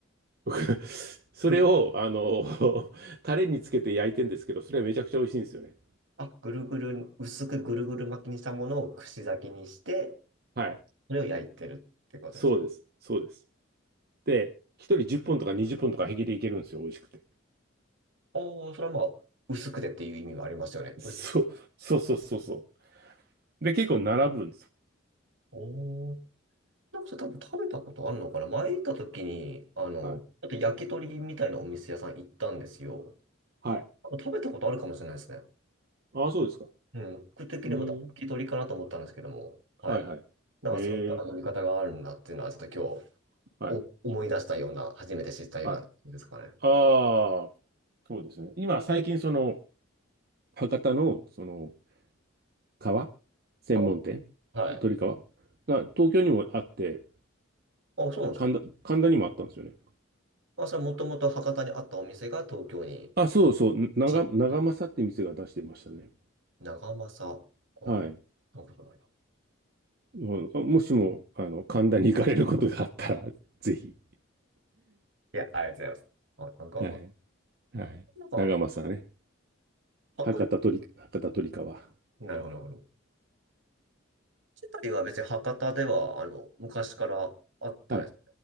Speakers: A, on the right; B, on the right.
A: 僕 <laughs> それを、
B: う
A: あの、<laughs> タレにつけて焼いてんですけど、それはめちゃくちゃ美味しいんですよね。
B: あ、ぐるぐる、薄くぐるぐる巻きにしたものを串焼きにして、
A: はい。
B: それを焼いてるってことです。
A: そうです。そうです。で、一人10本とか20本とか平気でいけるんですよ。美味しくて。
B: おー、それはまあ、薄くてっていう意味もありますよね。
A: そう、
B: 薄
A: そうそうそうそう。で、結構並ぶんです
B: おー。なんかそれ多分食べたことあるのかな前行った時に、あの、
A: はい。
B: ちょっと焼き鳥みたいなお店屋さん行ったんですよ。
A: はい。
B: 多分食べたことあるかもしれないですね。
A: ああ、そうですか。
B: うん、僕的にも多分聞き取りかなと思ったんですけども、
A: うん。はいはい。
B: はい。なんかそういう読み方があるんだっていうのは、
A: ええ、
B: ちょっと今日
A: はい、
B: お思い出したような、初めて知ったようなことですかね。
A: はい。ああ、そうですね。今、最近、その、博多の、その、革専門店、
B: あはい。
A: 鳥皮が、東京にもあって、
B: あ、そうなんですか。
A: 神田、神田にもあったんですよね。
B: あ、それはもともと博多にあったお店が東京に
A: あ、そうそう、長、
B: 進出。
A: 長政って店が出してましたね。
B: 長政。あ、
A: はい。
B: なんかないな。
A: もうあもしも、あの、神田に行かれることがあったら、ぜひ。
B: いや、ありがとうございます。あ、長政。
A: はい。はい。
B: なんか、
A: 長政ね。
B: 博
A: 博多鳥、博多鳥川。
B: 多、なるほど、なるほど。二人は別に博多では、あの、昔からあったんです。
A: はい